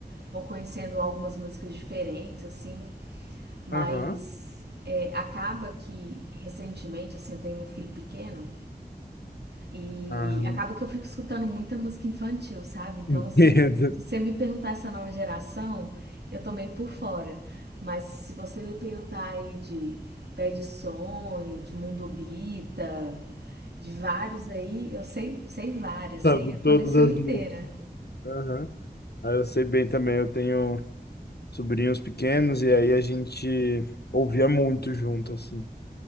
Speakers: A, on the right; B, on the left.
A: vou conhecendo algumas músicas diferentes, assim, mas
B: Aham.
A: é, acaba que recentemente, assim, eu tenho um filho pequeno E
B: Ah,
A: acaba que eu fico escutando muita música infantil, sabe? Então,
B: Entendo.
A: assim, se você me perguntar essa nova geração, eu tô meio por fora. Mas se você me perguntar aí de Pé de Sonho, de Mundo Bita, de vários aí, eu sei, sei várias,
B: <laughs>
A: sei
B: sabe
A: a coleção
B: todas as
A: inteira.
B: músicas. Aham. Ah, eu sei bem também, eu tenho sobrinhos pequenos e aí a gente ouvia muito junto, assim.